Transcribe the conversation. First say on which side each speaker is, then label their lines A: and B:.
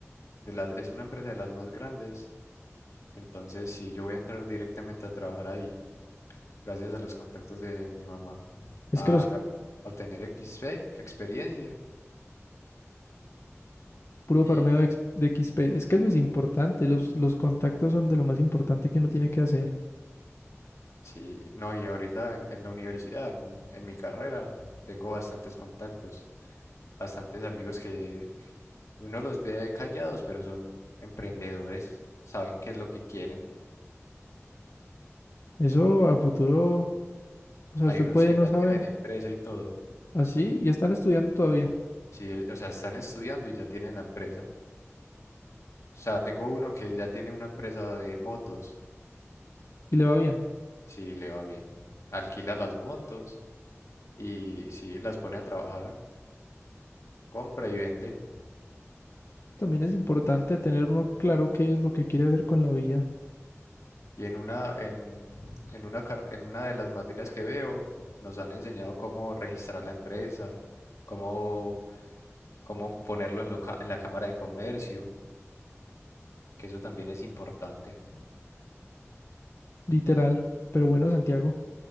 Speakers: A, on the left; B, on the left.
A: de las- es una empresa de las más grandes. Entonces, si yo voy a entrar directamente a trabajar ahí. gracias a los contactos de mi mamá, a
B: Es que los
A: ga- a obtener XP, experiencia.
B: Puro
A: Y
B: farmeo de, ex- de XP. Es que eso es importante. Los, los contactos son de lo más importante que uno tiene que hacer.
A: sí, no, y ahorita en, en la universidad, en, en mi carrera, tengo bastantes contactos, bastantes amigos que uno los ve callados, pero son emprendedores, saben qué es lo que quieren.
B: Eso a futuro, o sea,
A: Hay
B: usted
A: unos
B: puede
A: que
B: no
A: ya
B: saber.
A: tienen empresa y todo.
B: Así, y están estudiando todavía.
A: Sí, o sea, están estudiando y ya tienen la empresa. O sea, tengo uno que ya tiene una empresa de motos.
B: Y le va bien.
A: Sí, le va bien. Alquila las motos y sí, las pone a trabajar, compra y vende.
B: También es importante tener uno claro qué es lo que quiere hacer con la vida.
A: Y en una, en, en una, car- en una de las materias que veo, nos han enseñado cómo registrar la empresa, cómo, cómo ponerlo en, lo ca- en la Cámara de Comercio, que eso también es importante.
B: Literal. Pero bueno, Santiago,